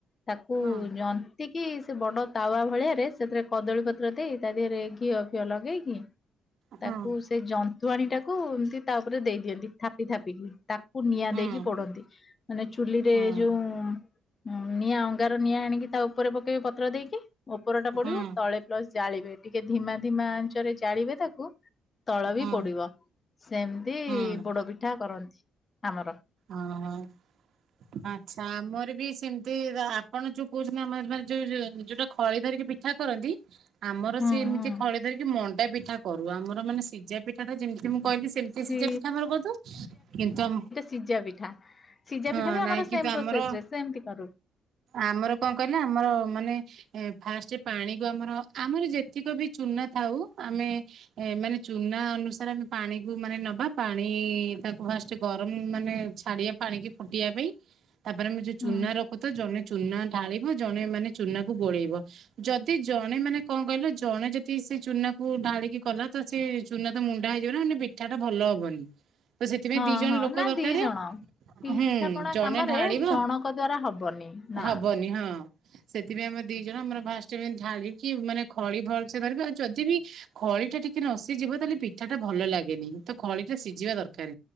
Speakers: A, on the left (about 35°); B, on the right (about 70°).
A: ତାକୁ
B: ହୁଁ
A: ‌। ଯନ୍ତିକି ସେ ବଡ଼ ତାୱା ଭଳିଆରେ ସେଥିରେ କଦଳୀପତ୍ର ଦେଇ ତା ଦେହରେ ଘିଅ ଫିଅ ଲଗେଇକି।
B: ହୁଁ ହୁଁ
A: ତାକୁ ସେ ଜନ୍ତୁଆଣୀ ଟାକୁ ଏମିତି ତା ଉପରେ ଦେଇ ଦିଅନ୍ତି ଥାପି ଥାପିକି ତାକୁ। କୁ ନିଆଁ
B: ହୁଁ।
A: ଦେଇକି ପୋଡନ୍ତି ମାନେ ଚୁଲିରେ
B: ହୁଁ
A: ଯୋଉ। ଉଁ ନିଆଁ ଅଙ୍ଗାର ନିଆଁ ଆଣିକି ତା ଉପରେ ପକେଇବେ ପତ୍ର ଦେଇକି। ଓପର ଟା
B: ହୁଁ
A: ପଡିବ ତଳେ ପ୍ଲସ ଜାଳିବେ ଟିକେ ଧିମା ଧିମା ଆଞ୍ଚରେ ଜାଳିବେ ତାକୁ। ତଳ ବି
B: ହୁଁ
A: ପୋଡିବ ସେମିତି
B: ହଁ
A: ପୋଡ ପିଠା କରନ୍ତି ଆମର।
B: ଅଁ ହଁ। ଆଚ୍ଛା ଆମର ବି ସେମିତି ଆପଣ ଯୋଉ କହୁଛନ୍ତି। ଆମ ମାନେ ଯୋଉ ଯୋଉଟା ଖଳି ଧରିକି ବ କଥା କରନ୍ତି। ଆମର
A: ହୁଁ
B: ସେ ଏମିତି
A: ହୁଁ।
B: ଖଳି ଧରିକି ମଣ୍ଡା ପିଠା କରୁ। ଆମର ମାନେ ସିଝା ପିଠା ଟା ଯେମିତି ମୁଁ- କହିଲି ସେମିତି
A: ସି
B: ସିଜା ପିଠା ମ କୁ କିନ୍ତୁ ଆମ
A: ସିଝା ପିଠା ସିଝା
B: ହଁ
A: ପିଠା ବି ଆମର
B: ନାଇଁ
A: ସେମ୍
B: କିନ୍ତୁ ଆମର
A: ପ୍ରୋସେସ ରେ ସେମତି କରୁ।
B: ଆମର କଣ କହିଲେ ଆମର ମାନେ- ଫାଷ୍ଟ ପାଣିକୁ ଆମର ଆମର ଯେତିକ ବି ଚୂନା ଥାଉ ଆମେ- ଏ ମାନେ ଚୁନା ଅନୁସାରେ ଆମେ ପାଣିକୁ ମାନେ ନବା ପାଣି ତାକୁ ଫାଷ୍ଟ ଗରମ ମାନେ- ଛାଡିଆ ପାଣିିକି ଫୁଟିବା ପାଇଁ- ତାପରେ ମୁମେ ଯୋଉ ଚୁନା
A: ହୁଁ
B: ରଖୁ ତ ଜଣେ ଚୁନା ଢାଳିବ ଜଣେ ମାନେ ଚୁନାକୁ ବୋଳେଇବ। ଯଦି ଜଣେ ମାନେ କଣ କହିଲ? ଜଣେ ଯଦି ସେ ଚୁନାକୁ ଢାଳିକି କଲା ତ ସେ ଚୁନା ତ ମୁଣ୍ଡା ହେଇଯିବ। ନା ମ ପିଠା ଟା ଭଲ ହବନି। ତ ସେଥିପାଇଁ
A: ହଁ
B: ଦି ଜଣ
A: ହଁ
B: ଲୋକ
A: ନା
B: ଦରକାର।
A: ଦି ଜଣ। ପିଠାପଣା
B: ହୁଁ ଜଣେ
A: କାମରେ
B: ଢାଳିବ
A: ଜଣଙ୍କ ଦ୍ଵାରା ହବନି ନା।
B: ହବନି ହଁ। ସେଥିପାଇଁ ଆମର ଦି ଜଣ ଆମର ଭାଷ୍ଟମ ଢାଳିକି ମାନେ ଖଳି ଫଳସ ଧରିବେ। ଆଉ ଯଦି ବି ଖଳି ଟା ଟିକେ ନସିିଯିବ ତାହେଲେ ପିଠା ଟା ଭଲ ଲାଗେନି। ତ ଖଳିଟା ସିଝିବା ଦରକାର।